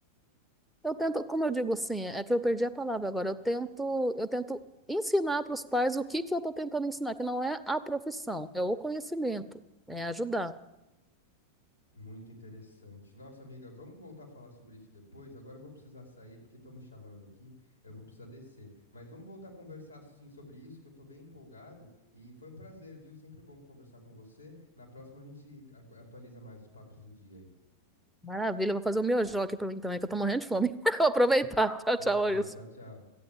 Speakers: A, in the centre; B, on the left.
A: Eu tento, como eu digo assim, é que eu perdi a palavra agora. Eu tento, eu tento ensinar para os pais o que que eu estou tentando ensinar, que não é a profissão, é o conhecimento, é ajudar.
B: Muito interessante. Nossa, amiga, vamos voltar a falar sobre isso depois. Agora eu vou precisar sair porque estão me chamando aqui. Eu vou precisar descer. Mas vamos voltar a conversar sim sobre isso, que eu tô bem empolgado. E foi um prazer, viu? Sempre bom conversar com você. Na próxima a gente a- atualiza mais os papos em dia aí.
A: Maravilha, eu vou fazer o meu miojão aqui para mim também, que eu tô morrendo de fome. <laughs> Vou aproveitar. Tchau,
B: Total.
A: tchau, Wilson.
B: Tchau, tchau.